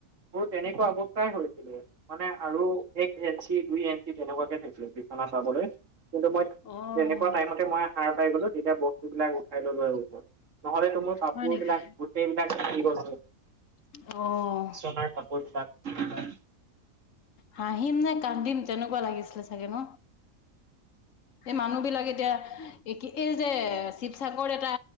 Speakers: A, on the right; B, on the left.
A: মোৰ তেনেকুৱা অৱস্থাই হৈছিল। মানে আৰু এক এঞ্চি দুই এঞ্চি তেনেকুৱাকে থাকিলে বিচনা চাবলৈ কিন্তু মই
B: অ',
A: তেনেকুৱা টাইমতে মই সাৰ পাই গলো তেতিয়া বস্তুবিলাক উঠাই ললো আৰু ওচৰত নহলে তো মোৰ কাপোৰ
B: হয় নেকি?
A: বিলাক গোটেই বিলাক তিতি গল হৈ
B: অ
A: বিচনাৰ কাপোৰ বিলাক
B: হাঁহিম নে কান্দিম তেনেকুৱা লাগিছিলে চাগে ন এই মানুহ বিলাক এতিয়া কি এই যে শিৱসাগৰ এটা